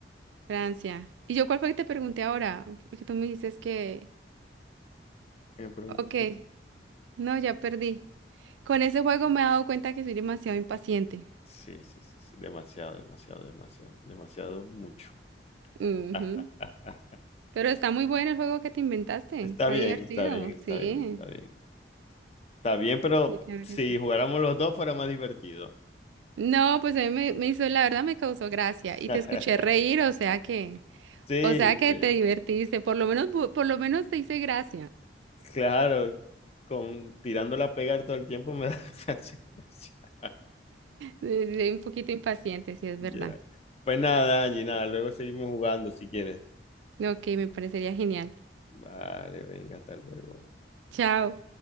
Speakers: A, on the right; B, on the left.
A: Francia. ¿Y yo cuál fue que te pregunté ahora? Porque tú me dices que,
B: que Me preguntaste.
A: ok, No, ya perdí. Con ese juego me he dado cuenta que soy demasiado impaciente.
B: Sí, sí, sí, sí. Demasiado, demasiado, demasiado, demasiado mucho.
A: Ujú.
B: <laughs>
A: Pero está muy bueno el juego que te inventaste.
B: Está
A: Está
B: bien,
A: divertido.
B: está bien, está
A: Sí,
B: bien, está bien. Está bien, pero
A: sí, claro
B: si
A: que sí.
B: jugáramos los dos fuera más divertido.
A: No, pues a mí me, me hizo, la verdad me causó gracia y
B: <laughs>
A: te escuché reír, o sea que,
B: Sí,
A: o sea que
B: sí.
A: te divertiste, por lo menos, bu- por lo menos te hice gracia. <laughs>
B: Claro, con tirándola a pegar todo el tiempo me da <laughs> gracia.
A: Eh, Soy un poquito impaciente, sí es
B: Ya.
A: verdad.
B: Pues nada, Angie, nada, luego seguimos jugando si quieres.
A: Ok, me parecería genial.
B: Vale, venga, hasta luego.
A: Chao.